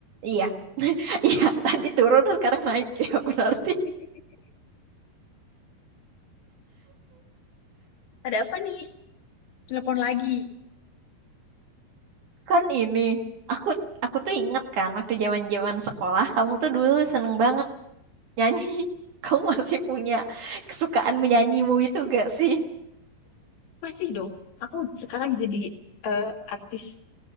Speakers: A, on the right; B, on the left.
A: Iya, <laughs> iya, tadi turun sekarang naik ya berarti.
B: <laughs> Ada apa nih? Telepon lagi.
A: Kan ini, aku aku tuh inget kan waktu zaman-zaman sekolah kamu tuh dulu seneng banget nyanyi. <laughs> Kamu masih punya kesukaan menyanyimu itu gak sih?
B: Masih dong. Aku sekarang jadi eh, artis